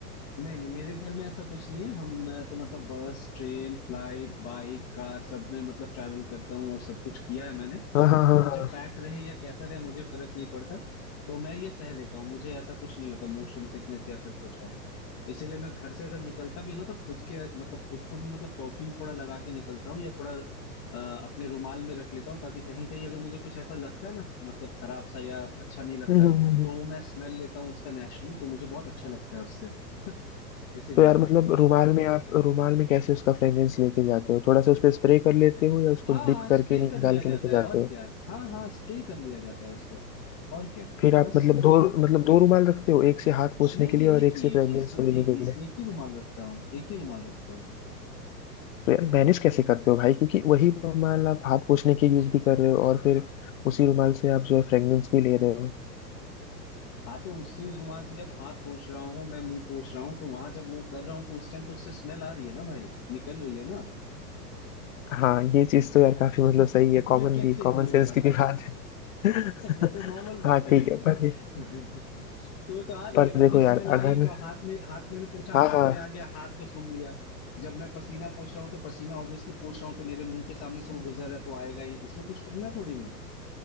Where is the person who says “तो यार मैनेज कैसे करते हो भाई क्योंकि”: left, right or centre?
Left